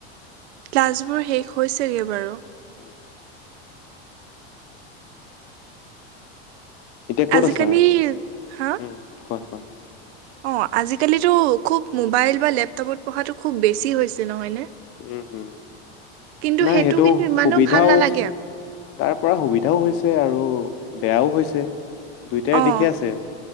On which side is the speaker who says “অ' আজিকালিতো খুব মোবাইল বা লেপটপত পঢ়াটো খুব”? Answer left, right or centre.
Right